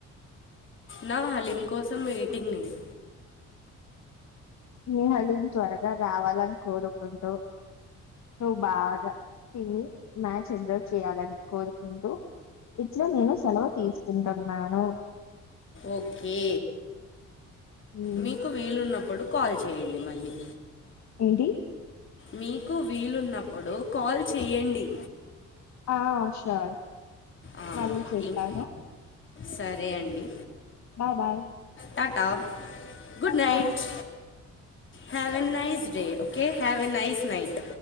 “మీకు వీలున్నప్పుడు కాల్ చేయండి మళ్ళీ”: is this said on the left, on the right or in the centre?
Left